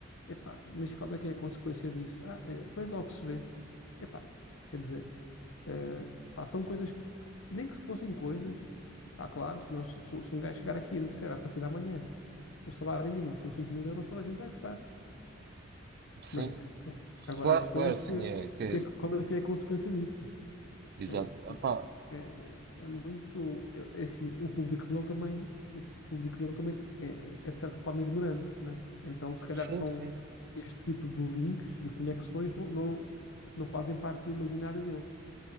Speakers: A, on the left; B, on the right.
A: Epá, mas qual é que é a consequência disso? Ah, é, depois logo se vê. Epá, quer dizer, eh, pá, são coisas, que- nem que se fossem coisas, pá, claro, se, nós, se, se um gajo chegar aqui e disser "Ah, a partir de amanhã o salário mínimo são cinco mil euros, toda a gente vai gostar,
B: Sim.
A: não é? Agora
B: claro,
A: a questão
B: claro,
A: é se
B: sim, é que
A: o que é, que- qual é que é a consequência disso, né?
B: Exato.
A: É, Eh, então
B: Epá,
A: é, é muito é, é assim, o público dele também o público dele também é, é, é, de certa forma ignorante, né? Então se calhar
B: sim,
A: são
B: sim.
A: este tipo de links, de conexões não, não, não fazem parte do imaginário deles.